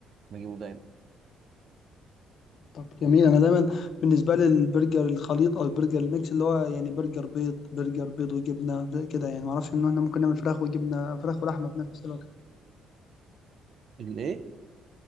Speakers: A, on the right; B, on the left.
A: بجيبه دايما
B: طب جميل انا دايما بالنسبه لي البرجر الخليط او البرجر الميكس اللي هو يعني برجر بيض برجر بيض وجبنه ب- كده يعني ما اعرفش ان احنا ممكن نعمل فراخ وجبنه فراخ ولحمه في نفس الوقت
A: الايه